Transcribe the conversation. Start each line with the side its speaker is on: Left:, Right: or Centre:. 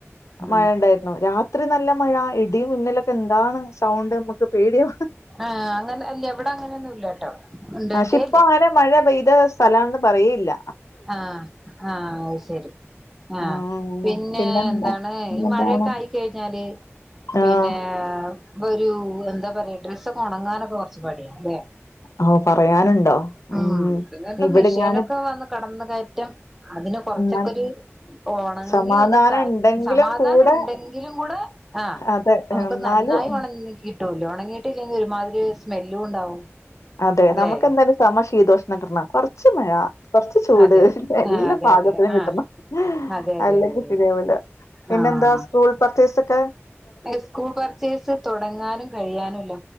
Centre: ഉം
Left: മഴ ഉണ്ടായി രാത്രി നല്ല മഴ ഇടി മിന്നലൊക്കെ എന്താണ് സൗണ്ട് നമ്മുക്ക് പേടിയ
Centre: ആഹ അങ്ങനെ അല്ല എവിടെ അങ്ങനെയൊന്നുംല്ലട്ടോ ഉണ്ടട്ടേ
Left: പക്ഷെ ഇപ്പൊ
Centre: ഇല്ല
Left: അങ്ങനെ മഴ പെയ്ത സ്ഥലാന്ന് പറുകയില്ല
Centre: ആഹ ആഹ അത് ശരി ആഹ
Left: ആ
Centre: പിന്നെ
Left: പിന്നെന്താ?
Centre: എന്താണ്
Left: പിന്നെന്താണ്?
Centre: ഈ മഴയൊക്കെ ആയിക്കഴിഞ്ഞാല് പിന്നെ
Left: ആ
Centre: ഒരു എന്താ പറയാ ഡ്രസ്സൊക്കെ ഉണങ്ങാനൊക്കെ കുറച്ച് പടിയ അല്ലേ
Left: ഓ പറയാനുണ്ടോ? മ്മ്.
Centre: ഉ പിന്നെ ഇപ്പ
Left: ഇവിടെ
Centre: മഷേനൊക്കെ
Left: ഞാന്
Centre: വന്ന കടന്ന കയറ്റം അതിന് കൊറച്ചൊക്കെരു
Left: എന്നാൽ
Centre: ഉണങ്ങി
Left: സമാധാനം
Centre: ഒന്ന്
Left: ഇണ്ടെങ്കിലും
Centre: സമാധാനം
Left: കൂടെ
Centre: ഉണ്ടെങ്കിലും കൂടെ ആഹ
Left: അതെ
Centre: നമുക്ക്
Left: എന്നാലും
Centre: നന്നായി ഉണങ്ങി കിട്ടൂല്ലോ ഉണങ്ങിയിട്ടില്ലെങ്കിൽ ഒരുമാതിരി സ്മെല്ലും ഉണ്ടാവും
Left: അതെ
Centre: അല്ലെ
Left: നമുക്കെന്തായാലും സമ ശീതോഷം കൊറച്ച മഴ കൊറച്ച ചൂട്
Centre: അതെ അതെ
Left: എല്ലാ
Centre: ആഹ് അതെ
Left: പാകത്തിലും
Centre: അതെ
Left: കിട്ടണം
Centre: ആഹ് അതെ അതെ
Left: അല്ലെങ്കിൽ
Centre: അതെ
Left: ശരിയാവില്ല
Centre: അതെ
Left: പിന്നെ
Centre: ആഹ്
Left: എന്താ സ്കൂൾ പർച്ചീസ്ക്കെ
Centre: സ്കൂൾ പർച്ചേസ് തുടങ്ങാനും കഴിയാനുംല്ല